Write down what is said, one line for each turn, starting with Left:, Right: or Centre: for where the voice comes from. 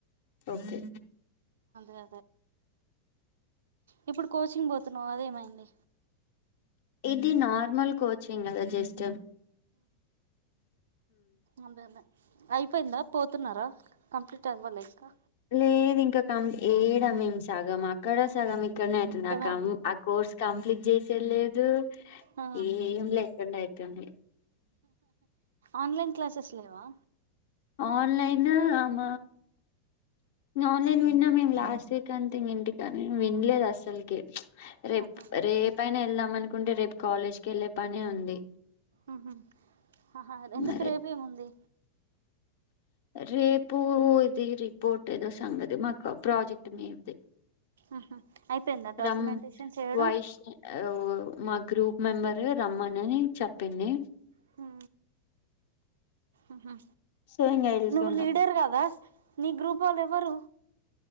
Left: okay
Right: అదే ఇప్పుడు కోచింగ్ పోతున్నావు అదేమైంది
Left: ఇది నార్మల్ కోచింగ్ కదా జస్ట్
Right: అంతే లే అయిపోయింద పో న్నారా కంప్లీట్ అవ్వాలే ఇంకా
Left: లేదు ఇంకా కం ఏడ మేం సగం అక్కడ సగం <unintelligible> అయితుంది
Right: కదా
Left: ఆ కోర్స్ కంప్లీట్ చేసేలేదు
Right: ఆ
Left: ఏం లేకుండా అయి తాన్నే
Right: ఆన్లైన్ క్లాసెస్ లేవా
Left: ఆన్లైన్ ఆమ ఆన్లైన్ విన్నా మేము లాస్ట్ వీక్ అంతే ఇంక ఇంటికని వినలేదు అసలకి రేపు
Right: ఆహా
Left: రేపైనా ఎళ్దాం అనుకుంటే రేపు కాలేజ్కి వెళ్ళే పనే ఉంది
Right: ఆహా ఆహా ఎందుకు
Left: మరే
Right: రేపేముంది
Left: రేపు ఇది రిపోర్ట్ ఏదో సంగతి మాకు ప్రాజెక్ట్ మీద్ది
Right: ఆహా అయిపోయిందా డాక్యుమెంటేషన్
Left: రమ్
Right: చేయడం
Left: వాయిష్ ఆవ్ మా గ్రూప్ మెంబరు రమ్మనని చెప్పింది
Right: హ ఆహా
Left: సో ఇంగ వెళ్తున్నాం
Right: నువ్వు లీడర్ కదా నీ గ్రూప్ వోళ్ళు ఎవ్వరు